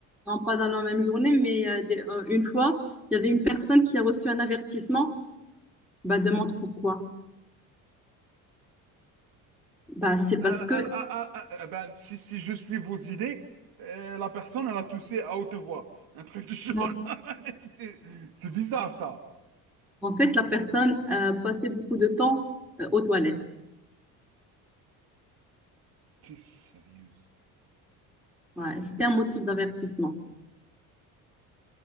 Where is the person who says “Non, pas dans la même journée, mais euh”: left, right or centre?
Centre